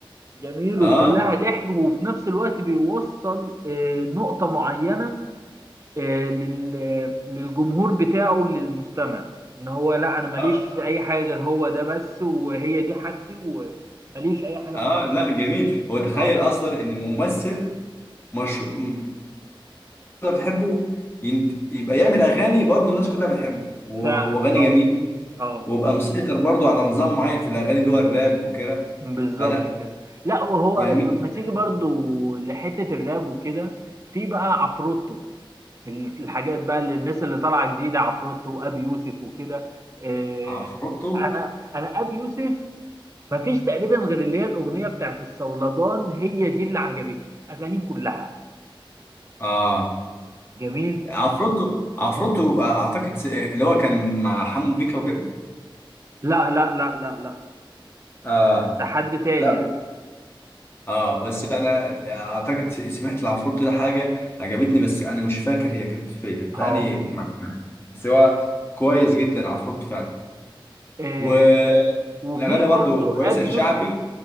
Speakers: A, on the right; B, on the left.
A: جميل
B: آه
A: وكلها ضحك وفي نفس الوقت بيوصل آه، نقطة معينة آه، لل- للجمهور بتاعه للمستمع ان هو لا انا ماليش
B: آه
A: في اي حاجه غير هو ده بس وهي دي حاجتي وماليش اي حاجه
B: آه
A: في
B: لا جميل هو تخيل
A: اه
B: أصلا إن ممثل مشهور كلها بتحبه ينت... يبقى يعمل أغاني برضه الناس كلها بتحبه و...
A: فعلا
B: وأغاني
A: اه
B: جميلة
A: اه
B: ويبقى مسيطر برضه على نظام معين في الأغاني اللي هو الراب وكده
A: بالظبط
B: فلا
A: كده لا وهو
B: جميل
A: لما تيجي برضو لحته الراب وكده في بقى عفروتو ال- الحاجات بقى اللي الناس اللي طالعه جديده عفروتو وابي يوسف وكده آه،
B: عفروتو
A: انا انا ابي يوسف مفيش تقريبا غير اللي هي الاغنيه بتاعت الصولجان هي دي اللي عجبتني في اغانيه كلها
B: آه
A: جميل
B: عفروتو عفروتو آه، أعتقد س- اللي هو كان مع حمو بيكا وكده
A: لا لا لا لا لا
B: اه
A: ده حد تاني
B: لا
A: ده
B: اه بس انا اعتقد سمعت العفروت ده حاجه عجبتني بس انا مش فاكر هي كانت فين تاني
A: اه
B: ما- بس هو كويس جدا عفروت فعلا
A: آه،
B: والاغاني
A: وفي
B: برضو
A: برضو
B: كويسه
A: ابي
B: الشعبي
A: يوسف